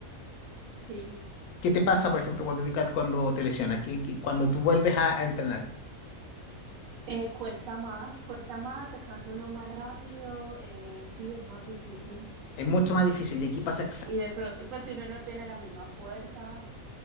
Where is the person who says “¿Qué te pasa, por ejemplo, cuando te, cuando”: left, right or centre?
Left